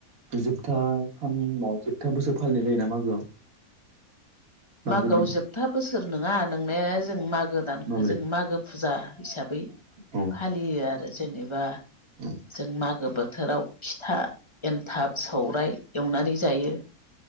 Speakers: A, on the right; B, on the left.
A: जोबथा सान जोबथा बोसोर फालिनाय जायोना मागोआव। मागो
B: मागोआव
A: बि
B: जोबथा बोसोर नङा नोंनाया जों मागो भदानखौो
A: माबोरै
B: जोो मागो फुजा हिसाबै
A: औ
B: फालियो आरो जेनेबा
A: <inaudible>
B: जों मागो बोथोराव फिथा एनथाब सौराइ एवनानै जायो